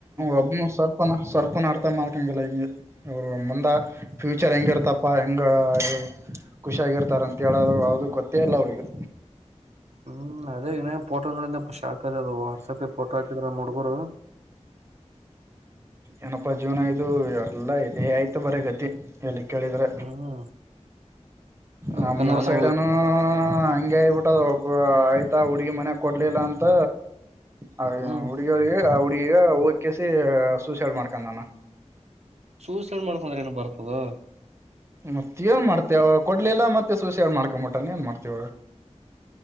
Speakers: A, on the right; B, on the right.
A: ಒಬ್ಬನು ಸ್ವಲ್ಪನ ಸ್ವಲ್ಪನ ಅರ್ಥ ಮಾಡ್ತ ಇಂಗಾಲ ಈ ಅವರು ಮುಂದಾ ಫ್ಯೂಚರ್ ಹೆಂಗಿರ್ತಪ್ಪ ಹೆಗೆ ಖುಷಿಯಾಗಿರ್ತಾರ ಅಂತೇಳೋದು ಅದು ಗೊತ್ತೇ ಇಲ್ಲ ಅವ್ರಿಗೆ
B: ಹ್ಮ್ ಅದೇ ಏನ ಫೋಟೋ ನೋಡಿದ್ಯಾಪಾ ಶಾಕ್ ಅದು ವಾಟ್ಸಪ್ಗೆ ಫೋಟೋ ಹಾಕಿದ್ರ ನೋಡ್ಬೋರು
A: ಏನಪ್ಪಾ ಜೀವನ ಇದು ಯಾರ್ಲಾ ಇದೇ ಆಯ್ತು ಬರೇ ಗತಿ ಎಲ್ಲಿ ಕೇಳಿದ್ರ
B: ಹ್ಮ್ ಅದಕ್ಕ
A: ನಮ್ಮೂರ್
B: ನಾನು
A: ಸೈಡ್ನು ಹಂಗೆ ಅಗ್ಬಿಟ್ ಹೊಟ್ಟ ಇಬ್ರು ಆಯ್ತಾ ಹುಡುಗಿ ಮನೆಗ ಕೊಡ್ಲಿಲ್ಲ ಅಂತ ಆ ಯ
B: ಹ್ಮ್
A: ಹುಡ್ಗಿಯವರಿಗಿ ಈಗ ಹೋಕೆಸಿ ಸೂಸೈಡ್ ಮಾಡ್ಕೊಂದಾನ
B: ಸೂಸೈಡ್ ಮಾಡ್ಕೊಂಡ್ರ ಏನ ಬರ್ತದೊ
A: ಮತ್ತ ಏನ್ ಮಾಡ್ತಿ ಅವ್ ಕೊಡ್ಲಿಲ್ಲಾ ಮತ್ತ ಸೂಸೈಡ್ ಮಾಡ್ಕೊಂಬೀಟಾನ ಏನ್ ಮಾಡ್ತಿ